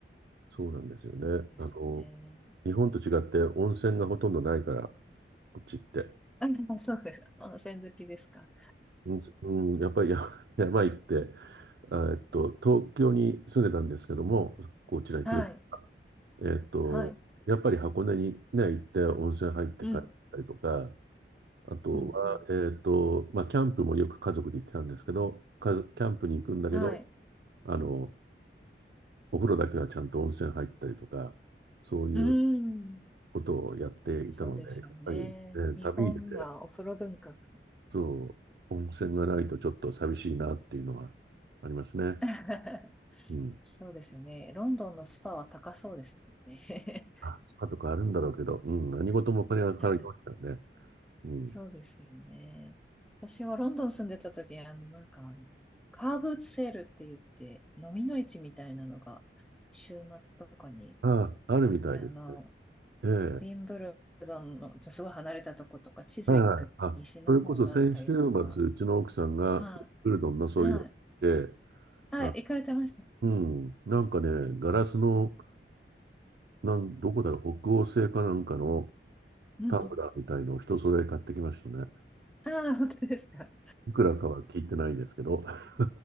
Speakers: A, on the right; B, in the centre.
A: そうなんですよね。
B: いいですね。
A: あの、日本と違って温泉がほとんどないから、こっちって。
B: あ、そうです。温泉好きですか。
A: うん、うんやっぱりや <laughs> 山行って、あえっと、東京に住んでたんですけども、こちらに来る。
B: はい。
A: えっと、
B: はい。
A: やっぱり箱根にね、行って温泉入って帰ったりとか、
B: うん。
A: あとは、
B: うんうん。
A: えっと、まあ、キャンプもよく家族で行ってたんですけど、かキャンプに行くんだけど、
B: はい。
A: あの、お風呂だけはちゃんと温泉入ったりとか、そういう
B: うん。
A: ことをやっていたので、
B: そうですよね。
A: やっぱりね、
B: 日本はお風呂文化がね。
A: 旅に出て、そう、温泉がないとちょっと寂しいなっていうのはありますね。
B: <laughs>
A: うん。
B: そうですよね。ロンドンのスパは高そうですもんね。
A: あ、スパとかあるんだろうけど、うん、何事もお金がかかりますからね。
B: <laughs>
A: うん。
B: そうですよね。私はロンドン住んでた時、あの、なんか、カーブーツセールって言って、飲みの市みたいなのが、週末とかに、
A: ああ、あるみたいですね。
B: あの、
A: ええ。
B: ウィンブルドンの、ちょすごい離れたとことか、チズウィック西の方だったりとか、
A: はいはい。あ、それこそ先週末、うちの奥さんがウルドンのそういうの行
B: はい、はい、
A: って、
B: はい、
A: あ、
B: 行かれてました。
A: うん、なんかね、ガラスの、なん、どこだろう、北欧製かなんかの
B: うんうん。
A: タンブラーみたいのを一揃え買ってきましたね。
B: ああ、本当ですか。
A: いくらかは聞いてないですけど、<laughs>